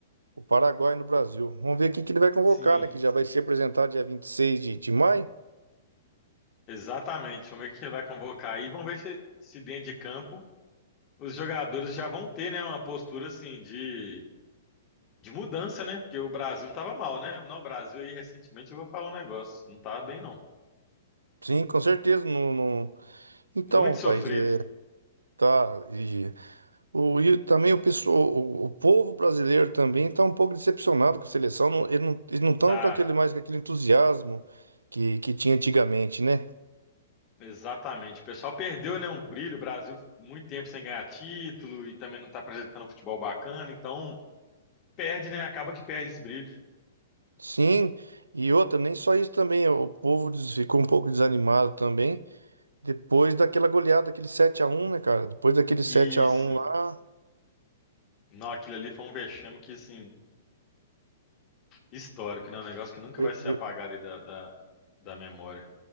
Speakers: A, on the right; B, on the left.
A: o Paraguai no Brasil. Vamos ver quem que ele vai convocar,
B: Sim,
A: né? Que já vai ser apresentado dia vinte e seis de, de maio.
B: exatamente. Vamos ver quem ele vai convocar aí. Vamos ver se, se dentro de campo os jogadores já vão ter, né, uma postura assim de, de mudança, né? Porque o Brasil tava mal, né? Não, o Brasil aí recentemente eu vou falar um negócio, não tá bem não.
A: Sim, com certeza. Não, não- Então,
B: Muito
A: rapaz,
B: sofrido.
A: é, tá. E, o, e também o pessoal, o, o povo brasileiro também está um pouco decepcionado com a seleção. Não, ele não, eles não estão
B: Tá,
A: com aquele mais com aquele entusiasmo que, que tinha antigamente, né?
B: exatamente. O pessoal perdeu, né, um brilho, o Brasil ficou muito tempo sem ganhar título e também não tá apresentando um futebol bacana, então perde, né? Acaba que perde esse brilho.
A: Sim. E outra, nem só isso também, o povo des- ficou um pouco desanimado também Depois daquela goleada, aquele sete a um, né, cara? Depois daquele
B: Isso.
A: sete a um lá.
B: Não, aquilo ali foi um vexame que, assim, histórico, né? Um negócio que nunca
A: ve-
B: vai ser
A: ve-
B: apagado aí da, da, da memória.